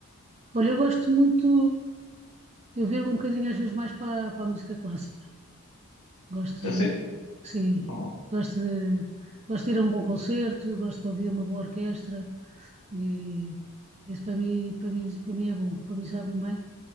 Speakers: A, on the right; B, on the left.
A: Olha, eu gosto muito, eu viro um bocadinho às vezes mais para, para a música clássica. Gosto,
B: É assim?
A: sim,
B: Oh,
A: gosto de, gosto de ir a um bom concerto, gosto de ouvir uma boa orquestra e isso para mim, para mim, para mim é bom, para mim sabe-me bem.